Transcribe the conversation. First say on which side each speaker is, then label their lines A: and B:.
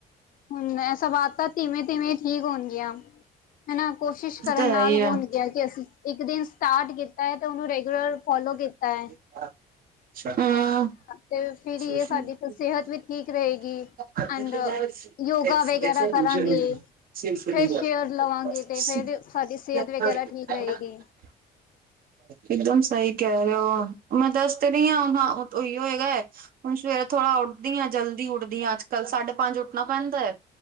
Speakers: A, on the left; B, on the right.
A: ਹੁਣ ਮੈਂ ਸਵਾ ਤਾ ਤਿਵੇਂ-ਤਿਵੇਂ ਠੀਕ ਹੋਣਗੀਆਂ ਹਨਾ, ਕੋਸ਼ਿਸ਼ ਕਰਨ
B: ਤਾਂ ਹੈ
A: ਨਾਲ
B: ਹੀ ਆ
A: ਹੋਣਗੀਆਂ ਕਿ ਅਸੀਂ ਇੱਕ ਦਿਨ ਸਟਾਰਟ ਕੀਤਾ ਐ, ਤੇ ਉਹਨੂੰ ਰੈਗੂਲਰ ਫੋਲੋ ਕੀਤਾ ਐ।
B: <unintelligible>
A: ਤੇ ਫਿਰ ਇਹ ਸਾਡੀ
B: ਸ
A: ਸਿਹਤ ਵੀ ਠੀਕ ਰਹੇਗੀ ਐਂਡ
B: <unintelligible>
A: ਯੋਗਾ ਵਗੈਰਾ ਕਰਾਂਗੇ ਫਰੈਸ਼ ਏਅਰ
B: <unintelligible>
A: ਲਵਾਂਗੇ ਤੇ ਫਿਰ ਸਾਡੀ ਸਿਹਤ ਵਗੈਰਾ ਠੀਕ ਰਹੇਗੀ
B: ਇਕਦਮ ਸਹੀ ਕਹਿ ਰਹੇ ਓ, ਮੈਂ ਦੱਸ ਤੇ ਰਹੀ ਹਾਂ ਹੁਣ ਉਹੀਉ ਹੈਗਾ ਐ। ਹੁਣ ਸਵੇਰੇ ਥੋੜ੍ਹਾ ਉੱਠਦੀ ਆਂ, ਜਲਦੀ ਉੱਠਦੀ ਆ ਅੱਜ ਕੱਲ ਸਾਢੇ ਪੰਜ ਉੱਠਣਾ ਪੈਂਦਾ ਐ,